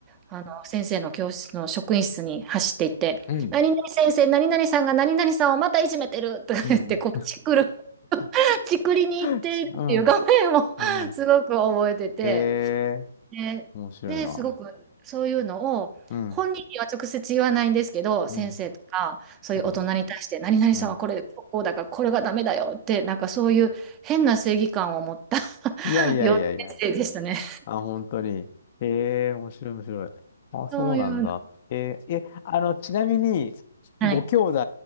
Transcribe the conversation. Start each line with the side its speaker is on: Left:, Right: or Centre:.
Right: あの、先生の教室の職員室に走っていって、
Left: うん、うん。
Right: 何々先生、何々さんが何々さんをまたいじめてるとか言って、
Left: <laughs> うんうん。
Right: こう、チクる、<laughs>
Left: う
Right: チクりに行っているっていう画面をすごく覚えてて、
Left: んうんうんうんうんうんうんうんうんうんええ
Right: で、
Left: 面白いな。
Right: で、すごくそういうのを本人には直接言わないんですけど、
Left: うん。うん。
Right: 先生とかそういう大人に対して、
Left: うん、
Right: 何々さんはこれ、
Left: うん。
Right: こうだからこれがダメだよって、なんかそういう変な正義感を持った <laughs>
Left: いやいやいやいや。
Right: 幼稚園生でしたね。
Left: あ、本当に。ええ、面白い面白い。あ、そうなんだ。
Right: そういうの、
Left: えー、え、あの、ちなみに、
Right: はい、
Left: ご兄弟